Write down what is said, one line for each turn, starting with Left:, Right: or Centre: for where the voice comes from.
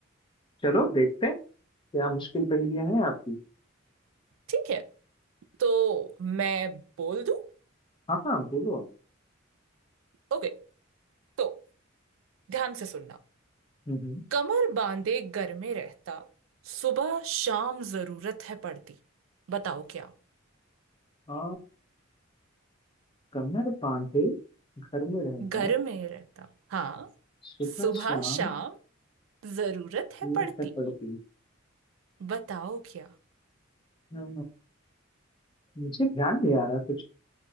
Left: चलो देखते हैं क्या मुश्किल पहेलियां हैं आपकी
Right: ठीक है तो मैं बोल दूं
Left: हाँ हाँ बोलो आप
Right: ओके तो ध्यान से सुनना
Left: हम्म हम्म।
Right: कमर बांधे घर में रहता सुबह शाम जरूरत है पड़ती बताओ क्या
Left: आ, कमर बांधे घर में रहता
Right: घर में रहता हाँ
Left: सुबह
Right: सुबह
Left: शाम
Right: शाम जरूरत है
Left: जरूरत
Right: पड़ती
Left: है पड़ती
Right: बताओ क्या
Left: हाँ, मुझे ध्यान नहीं आ रहा कुछ